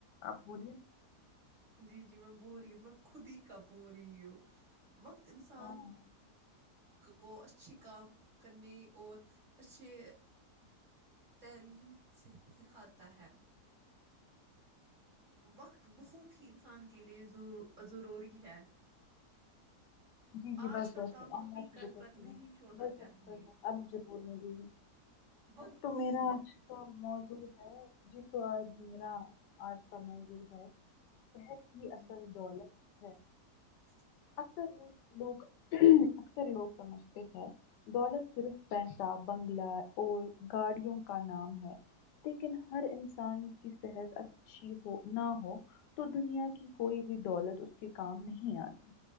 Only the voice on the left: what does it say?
آپ بولیے
ہاں
جی جی
بس
ب بت
ہ
ب
مجھے بولنے جی
تو
میرا آج کا موضو ہے جی تو آ ہاں اج کا موضوع ہے <unintelligible>
<inaudible> لوگ اکثر لوگ سمجھتے ہیں دولت صرف پیسہ بنگلہ اور گاڑیوں کا نام ہے لیکن ہر انسان کی صحت اچھی ہو نہ ہو تو دنیا کی کوئی بھی دولت اس کے کام نہیں آتی